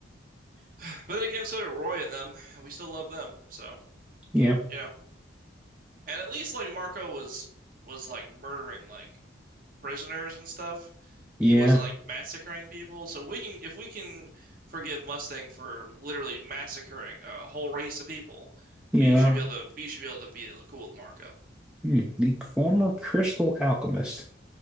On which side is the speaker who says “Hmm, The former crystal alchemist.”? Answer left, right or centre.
Centre